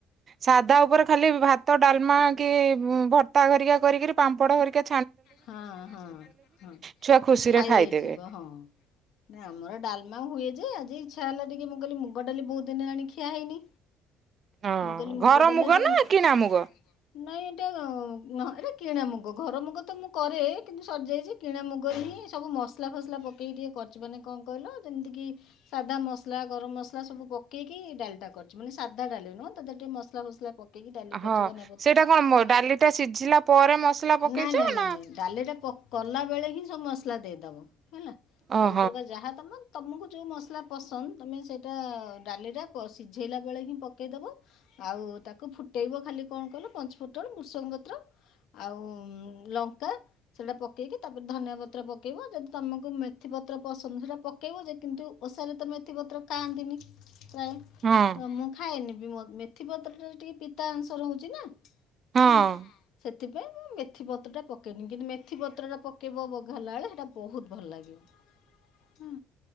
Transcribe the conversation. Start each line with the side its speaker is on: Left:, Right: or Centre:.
Right: ସାଧା ଉପରେ ଖାଲି ଭାତ ଡାଲମା
Left: ତ
Right: କି। ଭତ୍ତା ଘରିକା କରିକିରି ପାମ୍ପଡ ଘରକୁ।
Left: ହଁ ହଁ ହଁ
Right: ଛୁଆ ଖୁସିରେ
Left: ଖାଇ
Right: ଖାଇଦେବେ।
Left: ହେଇଯିବ ହଁ ଆମର ଡାଲମା ହୁଏ ଯେ ଆଜି। ଇଚ୍ଛା ହେଲା ଟିକ ମୁଁ କହିଲ ମୁଗ ଡାଲି ବହୁତ ହିନ୍ ହେଲାଣି ଖିଆ ହେଇନି।
Right: ହଁ
Left: ମୁଁ କହିଲି ମୁଗ
Right: ଘର
Left: ଡାଲି ଟିକେ-
Right: ନା କିଣା ମୁଗ?
Left: ଏଟା କିଣା ମୁଗ ଘର ମୁଗ ତ ନୁହଁ। କରେ କିନ୍ତୁ ସରିଯାଇଛି କିଣା ମୁଗରେ ହିଁ ସବୁ ମସଲା ଫସଲା ପକେଇ ଟିକେ କରିଚି୍ ମାନେ କଣ କହିଲ ଯେମିତିକି ସାଧା ମସଲା, ଗରମ ମସଲା ସବୁ ପକେଇକି ଡାଲିଟା କରିଛି ମାନେ ସାଧା ଡାଲି ନୁହଁତ ତାର ଟିକେ ମସଲା ଫସଲା ପକେଇକି ଡାଲି
Right: ହଁ
Left: କରିଛି ଧନିଆ ପତ୍ର
Right: ସେଇଟା କଣ
Left: ଦେଇକି
Right: ଡାଲିଟା ସିଝିଲା ପରେ ମସଲା ପକେଇଛ
Left: ନାଇଁ ନାଇଁ ନାଇଁ
Right: ନା।
Left: ନାଇଁ ଡାଲିଟା କଲା ବେଳେ ହିଁ ସବୁ ମସଲା ଦେଇଦବ ହେଲା
Right: ଓହୋ
Left: ସବୁ ପ୍ରକାର ଯାହା ତମ ତୁମକୁ ଯେଉଁ ମସଲା ପସନ୍ଦ ତୁମେ ସେଇଟା ଡାଲିରେ ସିଝେଇଲା ବେଳେ ହିଁ ପକେଇଦବ ଆଉ ତାକୁ ଫୁଟେଇବ ଖାଲି କଣ କଲ ପଞ୍ଚ ଫୁଟଣ ବୃସଙ୍ଗ ପତ୍ର ଆଉ ଲ ସେଟା ପକେଇକି ତାପରେ ଧନିଆ ପତ୍ର ପକେଇବ ଯଦି ତମକୁ ମେଥି ପତ୍ର ପସନ୍ଦ ସେଟା ପକେଇବ ଯେ କିନ୍ତୁ ଓଷାରେ ତ ମେଥି ପତ୍ର ଖାଆନ୍ତିନି। ନାଇ
Right: ହଁ
Left: ମୁଁ ଖାଏନି। ମେଥିପତ୍ରରେ ଟିକେ ପିତା ଅଂଶ ରହୁଛି ନା।
Right: ହଁ।
Left: ହେଲା ସେଥିପାଇଁ ମୁଁ ମେଥି ପତ୍ରଟା ପକ- ପକେଇନି କିନ୍ତୁ ମେଥି ପତ୍ର ଟା ପକେଇବ ବଘାରିଲା ବେଳେ ସେଟା ବହୁତ ଭଲ ଲାଗିବ। ହୁଁ